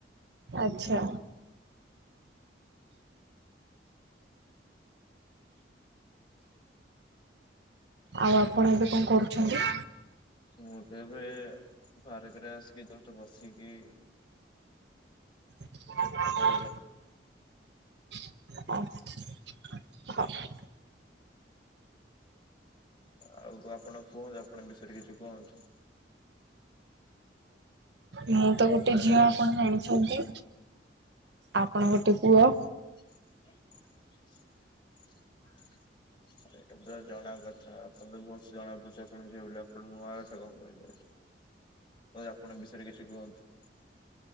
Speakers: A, on the right; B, on the left.
A: ଆଚ୍ଛା। ଆଉ ଆପଣ ଏବେ କଣ କରୁଛନ୍ତି?
B: ମୁଁ ତ ଏବେ ପାର୍କରେ ଆସିକି ଜଷ୍ଟ ବସିକି
A: ହ
B: ଭଲ
A: ହ।
B: ଆଉ ଆପଣ କୁହନ୍ତୁ ଆପଣଙ୍କ ବିଷୟରେ କିଛି କୁହନ୍ତୁ?
A: ମୁଁ ତ ଗୋଟିଏ ଝିଅ ଆପଣ ଜାଣିଛନ୍ତି। ଆପଣ ଗୋଟେ ପୁଅ
B: <unintelligible> ଏଇଟା ତ ଜଣା କଥା ଆପଣ ତ ବହୁତ ଜଣା ପଡୁଛି ଆପଣ ଝିଅ ବୋଲି ଆପଣ ନୂଆ କଥା କଣ କହିଲେ? ଆପଣଙ୍କ ବିଷୟରେ କିଛି କୁହନ୍ତୁ?